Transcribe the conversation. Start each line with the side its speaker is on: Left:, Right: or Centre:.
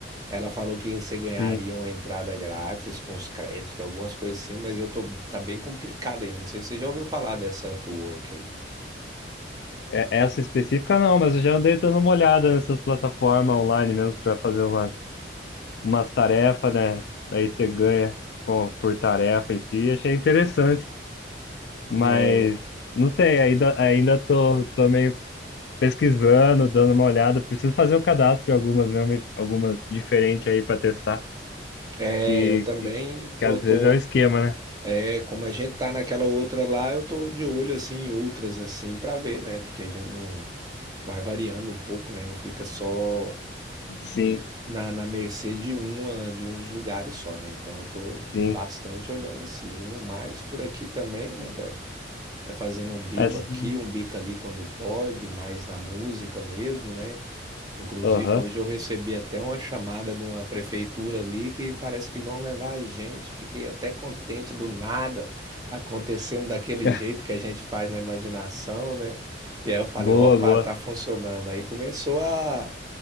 Right: Ela falou que você ganharia
Left: sim.
Right: uma entrada grátis com os créditos, algumas coisas assim, mas eu tô, tá bem complicado ainda. Não sei se você já ouviu falar dessa Upwork aí.
Left: É- Essa específica não, mas eu já andei dando uma olhada nessas plataformas online mesmo pra fazer uma umas tarefas, né? Aí você ganha com, por tarefa em si. Achei interessante, mas
Right: É,
Left: não sei, ainda, ainda tô, tô meio pesquisando, dando uma olhada. Preciso fazer um cadastro de algumas mesmo, algumas diferentes aí para testar,
Right: é,
Left: que,
Right: eu também
Left: que,
Right: tô,
Left: que às
Right: tô,
Left: vezes é o esquema, né?
Right: é, como a gente tá naquela outra lá, eu tô de olho assim em outras assim pra ver, né? Porque a gente não vai variando um pouco, né? E não fica só
Left: Sim,
Right: na, na mercê de uma, de uns lugares só, né? Então eu tô bastante
Left: sim.
Right: olhando assim, no mais por aqui também, né, velho? É fazendo um bico
Left: Essa-
Right: aqui, um bico ali quando pode, mais na música mesmo, né? Inclusive,
Left: Aham.
Right: hoje eu recebi até uma chamada de uma prefeitura ali que parece que vão levar a gente. Fiquei até contente do nada acontecendo daquele
Left: <laughs>
Right: jeito que a gente faz na imaginação, né? E aí eu falei,
Left: Boa,
Right: opa,
Left: boa.
Right: tá funcionando. Aí começou a